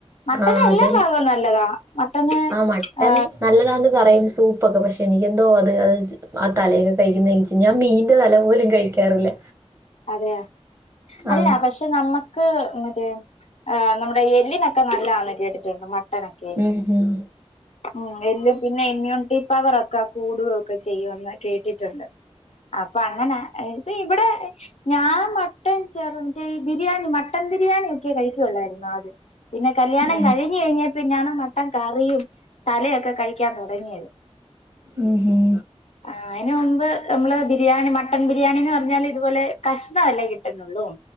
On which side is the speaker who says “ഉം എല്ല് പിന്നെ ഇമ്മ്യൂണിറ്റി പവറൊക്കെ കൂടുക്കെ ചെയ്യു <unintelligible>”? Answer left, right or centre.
Left